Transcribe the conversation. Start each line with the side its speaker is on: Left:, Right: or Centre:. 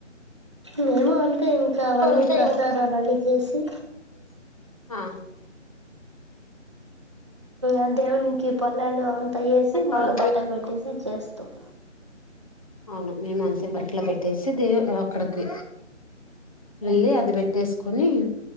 Right: మేము అంతే ఇంకా అవన్నీ
Left: అంతే
Right: ప్రసాదాలు అన్నీ చేసి.
Left: హా
Right: ఆ దేవున్ని కి పొలాలు అంతా ఏసి మళ్ళ
Left: అవును
Right: బట్టలు పెట్టేసి ఇచేస్తాం.
Left: అవును మేము అంతే బట్టలు పెట్టేసి దే అ అక్కడికి ఎళ్ళి అది బెట్టేస్కొని